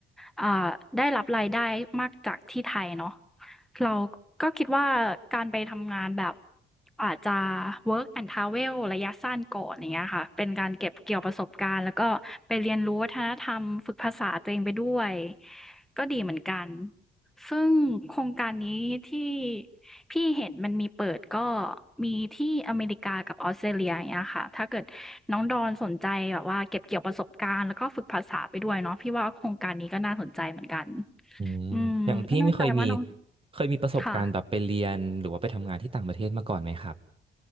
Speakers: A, in the centre; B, on the right (about 25°).
A: เอ่อได้รับรายได้มากจากที่ไทยเนาะเราก็คิดว่าการไปทำงานแบบอาจจะ work and travel ระยะสั้นก่อนอย่างเงี้ยค่ะเป็นการเก็บเกี่ยวประสบการณ์แล้วก็ไปเรียนรู้วัฒนธรรมฝึกภาษาตัวเองไปด้วยก็ดีเหมือนกัน ซึ่งโครงการนี้ที่พี่เห็นมันมีเปิดก็มีที่อเมริกากับออสเตรเลียอย่างเงี้ยค่ะ ถ้าเกิดน้องดอนสนใจแบบว่าเก็บเกี่ยวประสบการณ์แล้วก็ฝึกภาษาไปด้วยเนาะพี่ว่าโครงการนี้ก็น่าสนใจเหมือนกัน
B: อืมอย่างพี่ไม่เคยมี
A: อืมไม่แน่ใจว่าน้อง
B: เคยมีประสบการณ์แบบไปเรียนหรือว่าไปทำงานที่ต่างประเทศมาก่อนไหมครับ
A: ค่ะ